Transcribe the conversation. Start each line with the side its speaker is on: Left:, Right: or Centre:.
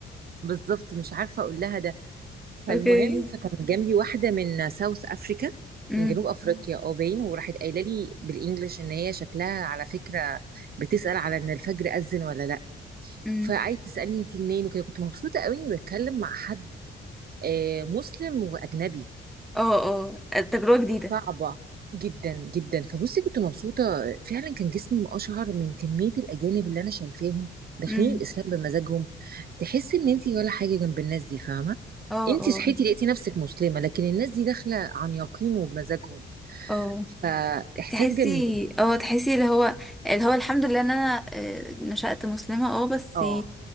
Right: بالظبط مش عارفه اقول لها ده فالمهم
Centre: اوكي
Right: فكان جنبي واحده من ساوث افريكا
Centre: امم
Right: من جنوب مم. افريقيا اه باين وراحت قايله لي بالانجلش ان هي شكلها على فكره بتسال على ان الفجر اذن ولا لا
Centre: امم
Right: فقعدت تسالني انت منين وكده كنت مبسوطه قوي اني بتكلم مع حد آه، مسلم واجنبي
Centre: اه اه تجربة جديدة
Right: صعبة جدا جدا فبصي كنت مبسوطة فعلا كان جسمي أشهر من كمية الأجانب اللي أنا شايفاهم داخلين
Centre: امم
Right: الإسلام بمزاجهم تحس إن أنتي ولا حاجة جنب الناس دي فاهمة
Centre: اه
Right: أنتي
Centre: اه
Right: صحيتي لقيتي نفسك مسلمة لكن الناس دي داخلة عن يقين وبمزاجهم
Centre: اه
Right: فإحساس
Centre: تحسي
Right: جميل
Centre: اه تحسي اللي هو اللي هو الحمد لله ان انا آه، نشأت مسلمة اه بس
Right: اه